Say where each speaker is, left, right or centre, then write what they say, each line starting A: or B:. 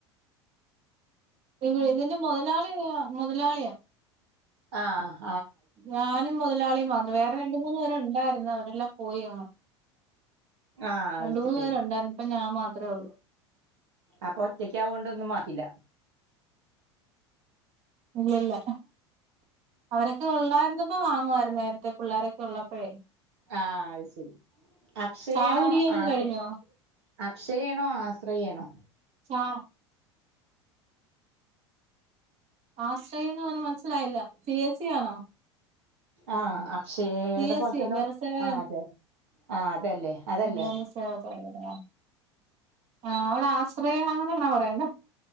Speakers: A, on the right; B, on the right.
A: ഇ ഇതിന്റെ മൊതലാളിയാ മൊതലാളിയാ
B: ആഹ്
A: ഞാനും മൊതലാളിയും മാത്രം. വേറെ രണ്ട് മൂന്ന് പേര് ഇണ്ടാര്ന്ന് അവരെല്ലാം പോയി ആഹ്
B: ആ
A: രണ്ട്
B: അത്
A: മൂന്ന്
B: ശരി
A: പേര് ഉണ്ടാര്ന്ന്. ഇപ്പ ഞാൻ മാത്ര ഒള്ളൂ
B: അപ്പൊ ഒറ്റക്കാവൊണ്ടൊന്നും മാറ്റില്ല
A: ഇല്ലല്ല അവരൊക്കെ ഒള്ളായ്ര്ന്ന പ്പം വാങ്ങുവായിരുന്നെ നേരത്തെ പിള്ളോരൊക്കെ ഉള്ളപ്പെഴേ
B: ആഹ് അത് ശരി അക്ഷയാണോ
A: ചായ കുടിയൊക്കെ
B: ആത്ര
A: കഴിഞ്ഞോ
B: അക്ഷയേണോ ആശ്രയേണോ?
A: ആഹ് ആശ്രയംന്ന് പറഞ്ഞത് മനസ്സിലായില്ല പി എസി ആണോ
B: ആഹ് അക്ഷയേടെ
A: സി എസ്
B: പോലെ
A: സി
B: തന്നെ
A: ജനസേവാ
B: ആഹ് അതെ ആഹ് അതല്ലേ അതല്ലേ
A: അതെ അതെ സേവ സേവാ ന്നാ. ആഹ് അവിടെ ആശ്രയാ അങ്ങനാണോ പറയ്ന്നേ